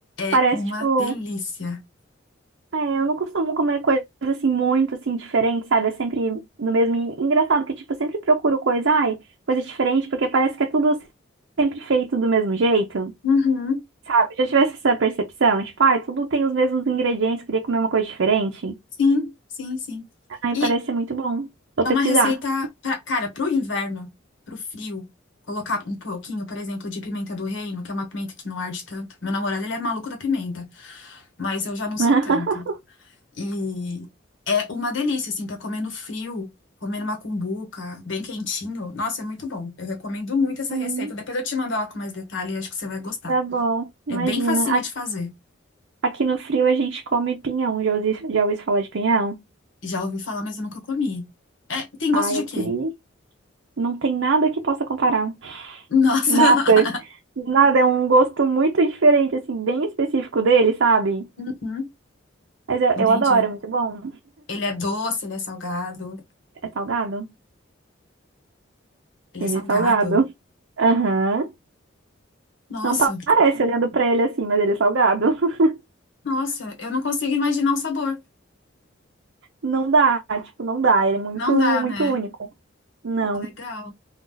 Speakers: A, on the left; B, on the right.
A: É
B: Parece,
A: uma
B: tipo...
A: delícia.
B: É, eu não costumo comer coisas, assim, muito, assim, diferentes, sabe? É sempre no mesmo... E engraçado que, tipo, eu sempre procuro coisa... Ai, coisa diferente, porque parece que é tudo sempre feito do mesmo jeito,
A: Uhum.
B: sabe? Já tivesse essa percepção? Tipo, ai, tudo tem os mesmos ingredientes, queria comer uma coisa diferente.
A: Sim, sim, sim.
B: Ai,
A: E
B: parece ser muito bom. Vou
A: É
B: pesquisar.
A: uma receita, pra, cara, pro inverno, pro frio, colocar um pouquinho, por exemplo, de pimenta do reino, que é uma pimenta que não arde tanto. Meu namorado, ele é maluco da pimenta, mas eu já não sou
B: <laughs>
A: tanto. E é uma delícia, assim, pra comer no frio, comer numa cumbuca, bem quentinho. Nossa, é muito bom. Eu recomendo muito essa
B: Hum,
A: receita. Depois eu te mando ela com mais detalhe e acho que você vai gostar.
B: Tá bom, imagina.
A: É bem facinha de fazer.
B: Aqui no frio a gente come pinhão. Já ouvi, já ouvi falar de pinhão?
A: Já ouvi falar, mas eu nunca comi. É, tem gosto
B: Ai,
A: de
B: aqui
A: quê?
B: não tem nada que possa comparar.
A: Nossa.
B: Nada.
A: <laughs>
B: Nada. É um gosto muito diferente, assim, bem específico dele, sabe?
A: Uhum,
B: Mas eu,
A: entendi.
B: eu adoro, é muito bom.
A: Ele é doce, ele é salgado.
B: É salgado?
A: Ele
B: Ele
A: é salgado.
B: é salgado. Aham.
A: Nossa,
B: Não pa- parece olhando pra ele assim, mas ele é salgado. <laughs>
A: nossa, eu não consigo imaginar o sabor.
B: Não dá, tipo, não dá. Ele é muito,
A: Não dá,
B: muito
A: né?
B: único. Não.
A: Pô, legal.
B: <laughs>